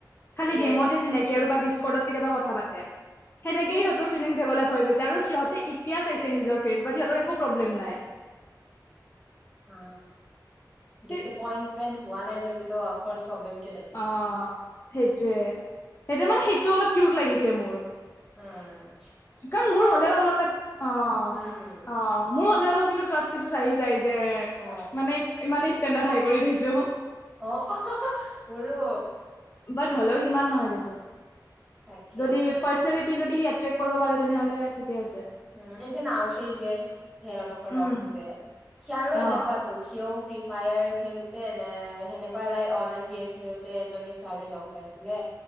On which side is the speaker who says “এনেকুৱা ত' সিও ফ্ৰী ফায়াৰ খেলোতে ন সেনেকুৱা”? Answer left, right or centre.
Centre